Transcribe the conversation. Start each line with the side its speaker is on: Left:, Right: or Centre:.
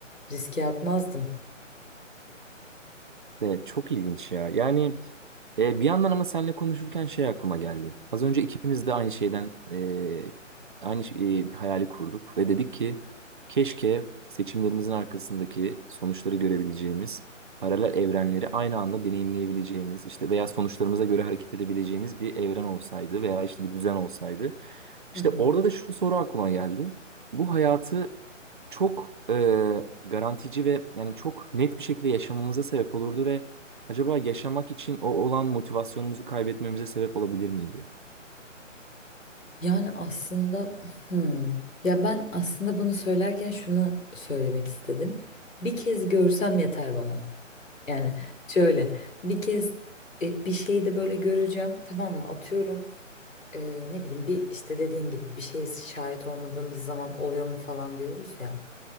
Left: riske atmazdım.
Right: Evet, çok ilginç ya. Yani E, bir yandan ama seninle konuşurken şey aklıma geldi. Az önce ikimiz de aynı şeyden e, aynı ş- e, hayali kurduk ve dedik ki keşke seçimlerimizin arkasındaki sonuçları görebileceğimiz, paralel evrenleri aynı anda deneyimleyebileceğimiz, işte veya sonuçlarımıza göre hareket edebileceğimiz bir evren olsaydı veya işte bir düzen olsaydı. İşte
Left: Hı hı.
Right: orada da şu soru aklıma geldi. Bu hayatı çok e, garantici ve yani çok net bir şekilde yaşamamıza sebep olurdu ve acaba yaşamak için o olan motivasyonumuzu kaybetmemize sebep olabilir miydi?
Left: Yani aslında hmm, ya ben aslında bunu söylerken şunu söylemek istedim. Bir kez görsem yeter bana. Yani şöyle bir kez e, bir şeyi de böyle göreceğim tamam mı? Atıyorum e, ne bileyim bir işte dediğin gibi bir şeye şahit olmadığımız zaman oluyor mu falan diyoruz ya.